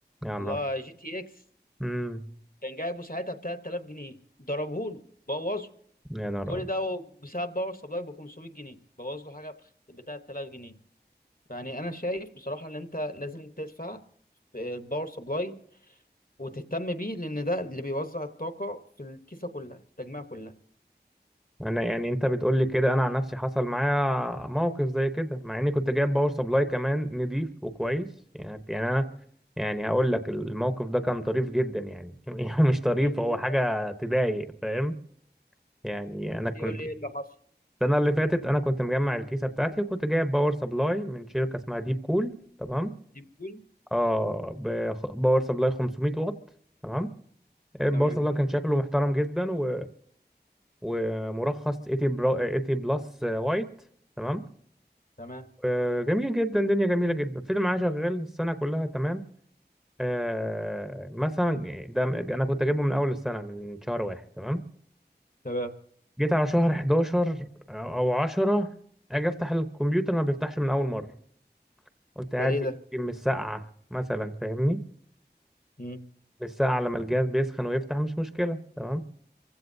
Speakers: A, in the centre; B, on the left.
A: يا
B: لا
A: نهار أبيض.
B: جي تي اكس
A: امم
B: كان جايبه ساعتها ب 3000 جنيه ضربه له بوظه
A: يا نهار
B: كل
A: أبيض.
B: ده هو بسبب باور سبلاي ب 500 جنيه بوظ له حاجه بتاع 3000 جنيه يعني انا شايف بصراحه ان انت لازم تدفع في الباور سبلاي وتهتم بيه لان ده اللي بيوزع الطاقه في الكيسه كلها في التجميع كلها
A: انا يعني انت بتقول لي كده انا عن نفسي حصل معايا موقف زي كده مع اني كنت جايب باور سبلاي كمان نضيف وكويس يعني يعني انا يعني هقول لك الموقف ده كان طريف جدا يعني <laughs> مش طريف
B: يقول
A: هو حاجه تضايق فاهم يعني انا كنت
B: يقول لي ايه اللي حصل
A: السنه اللي فاتت انا كنت مجمع الكيسه بتاعتي وكنت جايب باور سبلاي من شركه اسمها ديب كول تمام
B: يقول
A: اه بخ- باور سبلاي 500 واط تمام الباور
B: تمام
A: سبلاي كان شكله محترم جدا و... ومرخص 80 برا... 80 بلس وايت تمام
B: تمام
A: آه، جميل جدا دنيا جميلة جدا الفيلم معاه شغال السنة كلها تمام آه مثلا ده أنا كنت أجيبه من أول السنة من شهر واحد تمام
B: تمام
A: جيت على شهر 11 أو 10 أجي أفتح الكمبيوتر ما بيفتحش من أول مرة قلت قاعد
B: ده ليه
A: يمكن
B: ده
A: من الساعة مثلا فاهمني
B: مم.
A: من الساعة لما الجهاز بيسخن ويفتح مش مشكلة تمام